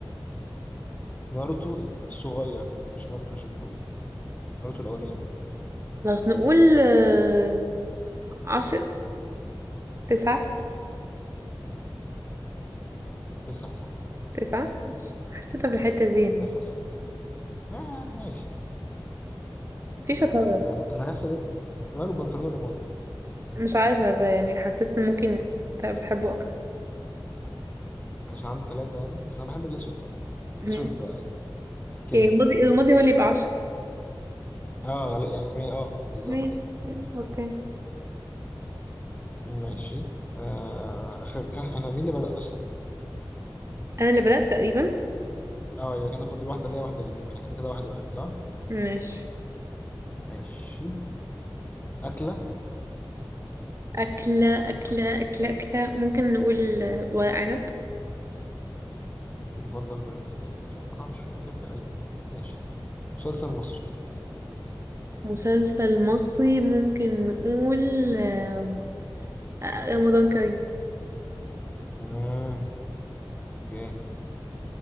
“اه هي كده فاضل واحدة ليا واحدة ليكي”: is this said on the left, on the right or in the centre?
Left